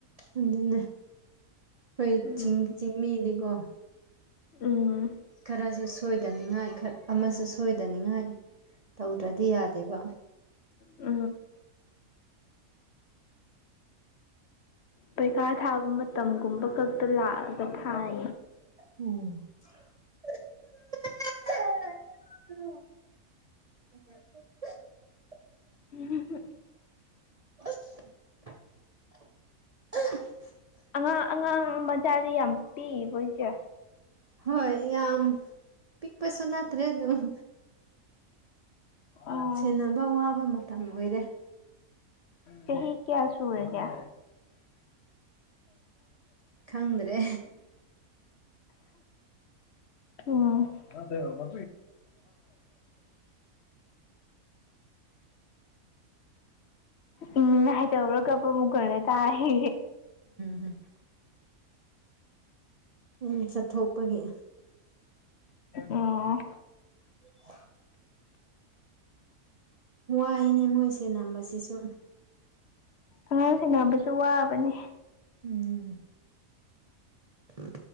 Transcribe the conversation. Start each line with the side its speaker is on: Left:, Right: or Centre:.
Right: ꯑꯗꯨꯅꯦ ꯈꯣꯏ
Left: ꯎꯝ
Right: ꯆꯤꯡ ꯆꯤꯡꯃꯤꯗꯤꯀꯣ꯫
Left: ꯎꯝ꯫
Right: ꯈꯔꯁꯨ ꯁꯣꯏꯗꯅꯤꯡꯉꯥꯏ ꯑꯃꯁꯨ ꯁꯣꯏꯗꯅꯤꯡꯉꯥꯏ ꯇꯧꯗ꯭ꯔꯗꯤ ꯌꯥꯗꯦꯕ
Left: ꯑ ꯄꯩꯈꯥ ꯊꯥꯕ ꯃꯇꯝꯒꯨꯝꯕ ꯈꯛꯇ ꯂꯥꯛꯑꯒ ꯊꯥꯏ
Right: ꯎꯝ <unintelligible> <unintelligible>
Left: ꯎ
Right: <unintelligible>
Left: ꯑꯉꯥꯡ ꯑꯉꯥꯡ ꯃꯆꯥꯗꯤ ꯌꯥꯝ ꯄꯤꯛꯏꯕꯣꯏꯁꯦ
Right: ꯍꯣꯏ ꯌꯥꯝ ꯄꯤꯛꯄꯁꯨ ꯅꯠꯇ꯭ꯔꯦ ꯑꯗꯨꯝ
Left: ꯑꯣ
Right: ꯁꯦꯟꯅꯕ ꯋꯥꯕ ꯃꯇꯝ ꯑꯣꯏꯔꯦ
Left: ꯆꯍꯤ ꯀꯌꯥ ꯇꯨꯔꯨꯝꯗ
Right: ꯈꯪꯗ꯭ꯔꯦ
Left: ꯎꯝꯕ ꯏ ꯥꯏ ꯇꯧꯔꯒꯞꯄ ꯑꯃꯨꯛ ꯈꯅ ꯇꯥꯏ
Right: ꯎꯝ ꯎꯝ ꯆꯠꯊꯣꯛꯄꯒꯤ
Left: ꯑꯣ
Right: <unintelligible> ꯋꯥꯏꯅꯦ ꯃꯣꯏꯁꯦ ꯅꯝꯕꯁꯤꯁꯨ
Left: ꯑꯉꯥꯡ ꯁꯅꯕꯁꯨ ꯋꯥꯕꯅꯦ
Right: ꯎꯝ ꯎꯝ